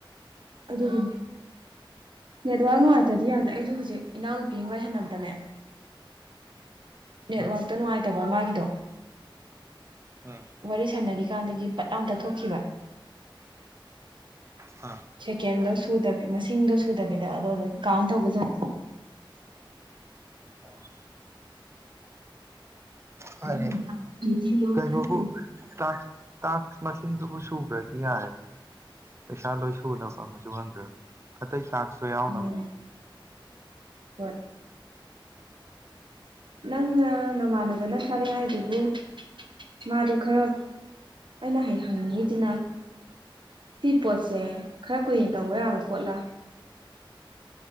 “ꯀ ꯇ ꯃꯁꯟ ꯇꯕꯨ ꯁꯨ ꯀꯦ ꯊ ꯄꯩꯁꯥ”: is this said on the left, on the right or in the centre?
Right